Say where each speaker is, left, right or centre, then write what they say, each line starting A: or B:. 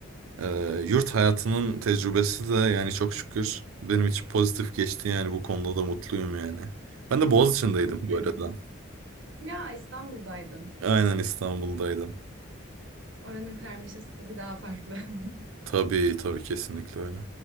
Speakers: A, on the right (about 80°); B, on the right (about 60°).
A: e, yurt hayatının tecrübesi de yani çok şükür benim için pozitif geçti yani bu konuda da mutluyum yani. Ben de Boğaziçi'ndeydim
B: çok sevindim.
A: bu arada.
B: Ya İstanbul'daydın.
A: Aynen İstanbul'daydım.
B: Oranın karmaşası tabii daha farklı. <laughs>
A: Tabii tabii kesinlikle öyle.